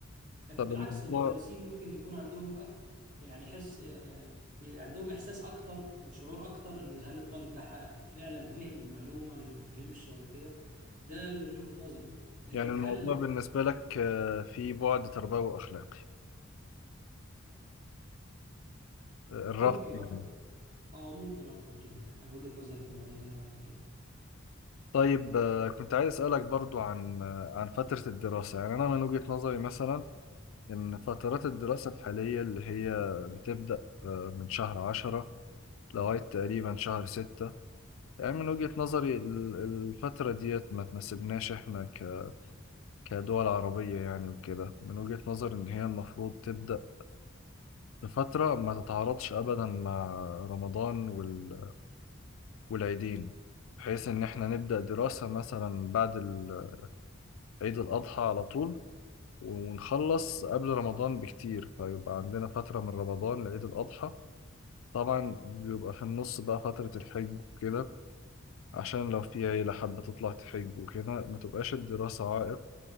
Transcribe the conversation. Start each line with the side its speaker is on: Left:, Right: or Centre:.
Right: لكن
Left: طب
Right: بالعكس
Left: الموضوع
Right: المدرسين ممكن يكون عندهم أكتر يعني حس آه، عندهم إحساس أكتر وشعور أكتر إن هل الطالب ده ح- فعلا فهم المعلومة ولا ما فهمش ولا كده ده اللي من وجهة نظري لكن
Left: يعني الموضوع
Right: هل
Left: بالنسبة لك آه، فيه بعد تربوي وأخلاقي آه، الرفض
Right: ممكن
Left: يعني
Right: أكتر؟ آه ممكن أكتر كده يعني أنا وجهة نظري في الموضوع ده كده
Left: طيب آه، كنت عايز أسألك برضو عن آه، عن فترة الدراسة يعني أنا من وجهة نظري مثلا إن فترات الدراسة الحالية اللي هي بتبدأ آه، من شهر عشرة لغاية تقريبا شهر ستة يعني من وجهة نظري ال- الفترة ديت ما تناسبناش إحنا ك- كدول عربية يعني وكده من وجهة نظري إن هي المفروض تبدأ بفترة ما تتعارضش أبدا مع رمضان وال- والعيدين بحيث إن إحنا نبدأ دراسة مثلا بعد ال- عيد الأضحى على طول ونخلص قبل رمضان بكتير فيبقى عندنا فترة من رمضان لعيد الأضحى طبعا بيبقى في النص بقى فترة الحج وكده عشان لو في عيلة حابة تطلع تحج وكده ما تبقاش الدراسة عائق